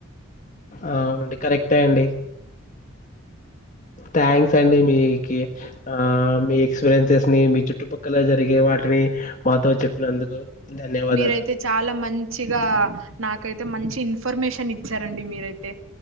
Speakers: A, on the left (about 35°); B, on the right (about 70°).
A: అవునండి కరెక్ట్ అం డి థ్యాంక్స్ అండి మీకీ ఆ మీక్ ఎస్పీరియన్సెస్ ని మీ చుట్టుపక్కల జరిగే వాటిని మాతో చెప్పినందుకు ధన్యవాదాలు
B: మీరైతే చాలా మంచిగా గా నాకైతే మంచి ఇన్ఫర్మేషన్ ఇచ్చారండి మీరైతే